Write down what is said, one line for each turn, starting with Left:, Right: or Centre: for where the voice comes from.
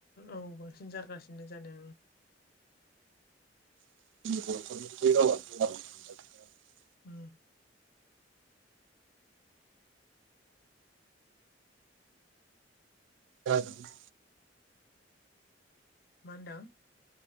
Left: औ बांसिन जागासिनो जादों।
Right: <unintelligible>
Left: उम।
Right: दा जों
Left: मा होनदों?